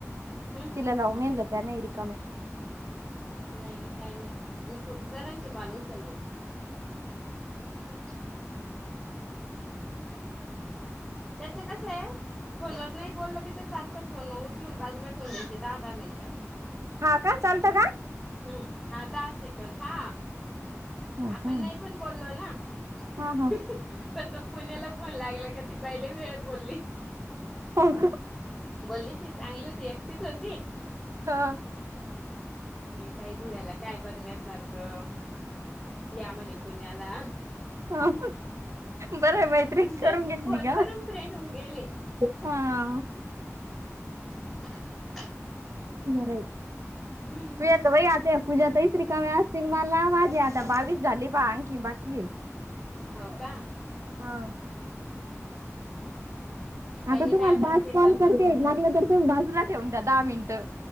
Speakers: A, in the centre; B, on the right.
A: हम्म
B: तिला
A: हम्म
B: लावू म्हणाले त्या नाही रिकाम्या
A: नाही ना काही नाही मी खूप जणांचे कॉल उचलले. हम्म. त्याच कस आहे फोन वर नाही बोललं बी तर चालतं फोन उचलून बाजूला ठेवून द्यायचे दहा दहा मिनिटं
B: हा का चालतं
A: हम्म
B: का
A: हा दहा सेकंद हा
B: हो
A: आपण
B: का
A: नाही पण बोललो ना
B: हा
A: हहहा
B: हा
A: पण तो पुण्याला फोन लागला का ती बाई वेळेत बोलली
B: ह
A: बोलली ती चांगली होती एकटीच होती
B: हा
A: मी ताई धुळ्याला काय बघण्यासारखं या म्हणे पुण्याला
B: ह बरंय मैत्रीच
A: म्हणजे
B: करून घेतली
A: फोनवरून
B: का?
A: फ्रेंड होऊन गेली.
B: <unintelligible>
A: <inaudible>
B: बरंय तूझ
A: हम्म
B: तर बाई आता पूजा ताई कम्या असतील मला वाटे आता बावीस झाले बा आणखीन बाकी आहे
A: हो का
B: हा.
A: काही
B: आता
A: नाही
B: तुम्हाला
A: दादा
B: बाज
A: सेकंद
B: कॉल करते लागलं तर तुम्ही बाजला ठेवून द्या दहा मिनिट